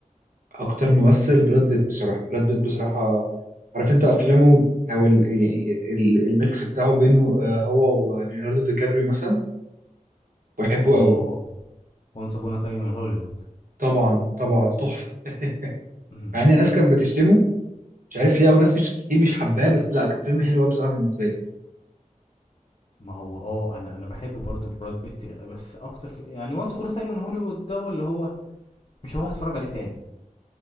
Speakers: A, on the right; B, on the left.
A: أكتر ممثل براد بيت بصراحة براد بيت بصراحة عارف أنت أفلامه أو ال... يعني ال- الميكس بتاعه بينه آه، هو وليوناردو دي كابريو مثلا بحبه
B: اه
A: أوي
B: وانس ابونا تايم ان هوليوود
A: طبعا طبعا تحفة <laughs>
B: مم.
A: مع إن الناس كانت بتشتمه مش عارف ليه او ناس مش كتير مش حباه بس لا كان فيلم حلو قوي بصراحه بالنسبه لي
B: ما هو اه انا انا بحب برضو براد بيت بس اكتر في يعني وانس ابونا تايم ان هوليوود ده اللي هو مش هروح اتفرج عليه تاني